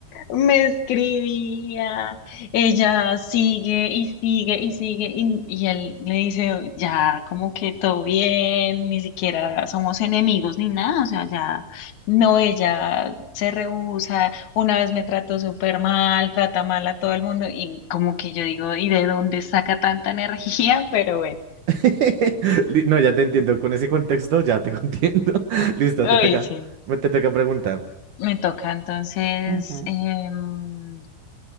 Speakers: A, on the left (about 60°); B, on the right (about 70°).
A: me escribía, ella sigue y sigue y sigue y, y él le dice, ya, como que todo bien, ni siquiera somos enemigos ni nada, o sea, ya, no, ella se rehúsa, una vez me trató súper mal, trata mal a todo el mundo y como que yo digo, ¿y de dónde saca tanta energía? <laughs> Pero bueno,
B: <laughs> Li- No, ya te entiendo, con ese contexto ya te <laughs> entiendo. Listo,
A: uy
B: te toca,
A: sí.
B: me- te toca preguntar.
A: me toca entonces,
B: Ujú,
A: em,